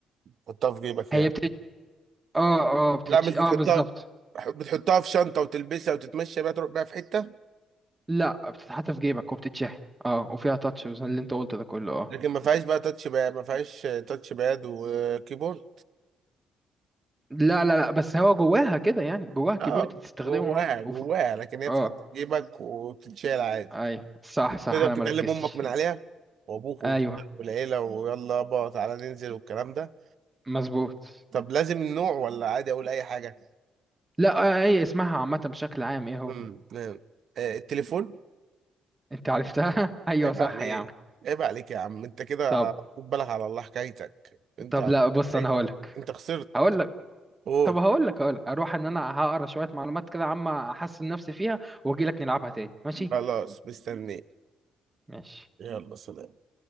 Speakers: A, on the right; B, on the right.
A: تحطها في جيبك يعني
B: هي بتت اه اه بتتش
A: لا مش
B: اه
A: بتحطها
B: بالظبط
A: بتحطها في شنطه وتلبسها وتتمشى بيها تروح بيها في حته
B: لا بتتحط في جيبك وبتتشحن اه وفيها تاتش اللي انت قلته ده كله اه
A: لكن ما فيهاش بقى تاتش باد ما فيهاش تاتش باد وكيبورد
B: لا لا لا بس هو جواها كده يعني جواها كيبورد
A: اه
B: تستخدمه
A: جواها
B: اه
A: جواها
B: وف-
A: لكن هي
B: اه
A: بتتحط في جيبك وبتتشال عادي
B: ايوه صح صح
A: تقدر
B: انا
A: تكلم
B: مركزتش
A: امك من عليها وابوك وبتاع
B: ايوه
A: والعيله ويلا يابا تعالى ننزل والكلام ده
B: مظبوط
A: طب لازم نوع ولا عادي اقول اي حاجه
B: لا آه، هي اسمها عامة بشكل عام ايه هو
A: امم نعم. آه، التليفون
B: انت عرفتها <laughs> ايوه
A: عيب
B: صح
A: عليك
B: يا عم
A: عيب عليك يا عم انت كده
B: طب
A: خد بالك على الله حكايتك انت
B: طب
A: على
B: لا بص
A: حكايتك
B: انا هقولك
A: انت خسرت
B: هقولك
A: قول
B: طب هقولك هقولك اروح ان انا هقرا شوية معلومات كده عامة احسن نفسي فيها واجيلك نلعبها تاني ماشي
A: خلاص مستنيك
B: ماشي
A: يلا سلام